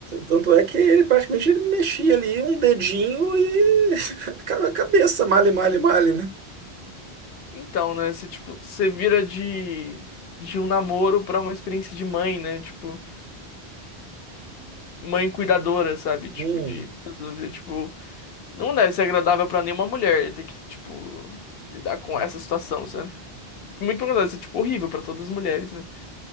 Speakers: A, on the right (about 60°); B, on the left (about 65°).
A: Tanto é que ele praticamente ele mexia ali um dedinho e <laughs> a cabeça, male, male, male, né?
B: Então, né? Você, tipo, você vira de, de um namoro pra uma experiência de mãe, né? Tipo, mãe cuidadora, sabe? Tipo,
A: Hum.
B: de. resolver Tipo, não deve ser agradável pra nenhuma mulher ter que, tipo, lidar com essa situação, sabe? Muito pelo contrário, isso é, tipo, horrível pra todas as mulheres, né?